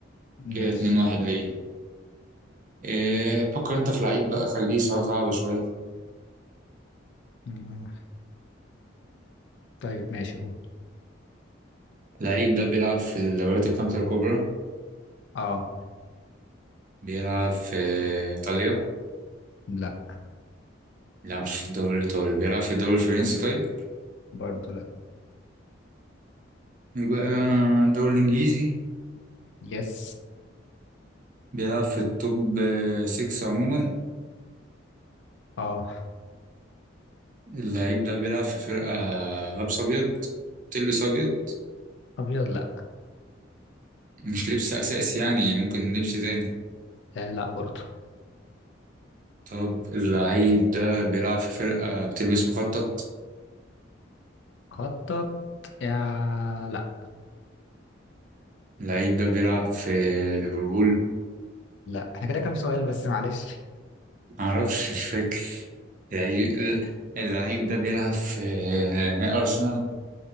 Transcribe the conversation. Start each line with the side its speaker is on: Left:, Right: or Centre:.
Left: ماشي
Right: كده اتنين واحد ليه إيه فكر انت في لعيب بقى خليه صع- صعب شوية
Left: آه، طيب ماشي قول
Right: اللعيب ده بيلعب في الدوريات الخمسة الكبرى
Left: اه
Right: بيلعب في إيطاليا
Left: لا
Right: بيلعبش في الدوري الإيطالي بيلعب في الدوري الفرنسي طيب
Left: برضو لا
Right: يبقى الدوري الإنجليزي
Left: يس
Right: بيلعب في التوب 6 عموما
Left: اه
Right: اللعيب ده بيلعب في فرقة لابس أبيض تلبس أبيض
Left: ابيض لا
Right: مش لبس أساسي يعني ممكن لبس تاني
Left: آه لا برضو
Right: طب اللعيب ده بيلعب في فرقة بتلبس مخطط
Left: خطط يا لا
Right: اللعيب ده بيلعب في ليفربول
Left: لا احنا كده كام سؤال بس معلش
Right: معرفش مش فاكر اللعيب اللعيب ده بيلعب في أرسنال